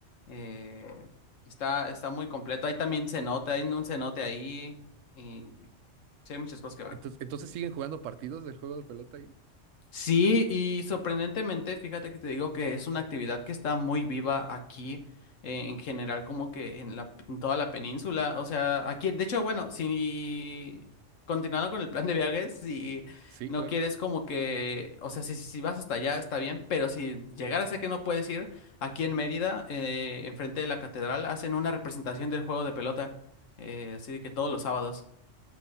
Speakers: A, on the left; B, on the right.
A: eh, está, está muy completo. Ahí también cenote, hay un cenote ahí y sí, hay muchas cosas que ver.
B: Entonces, entonces siguen jugando partidos del juego de pelota ahí.
A: Sí, y sorprendentemente, fíjate que te digo que es una actividad que está muy viva aquí, eh, en general, como que en la, en toda la península. O sea, aquí, de hecho, bueno, si continuando con el plan de viajes, si
B: Sí,
A: no
B: claro.
A: quieres como que, o sea, si, si vas hasta allá está bien, pero si llegara a ser que no puedes ir, aquí en Mérida, eh, enfrente de la catedral, hacen una representación del juego de pelota, eh, así de que todos los sábados.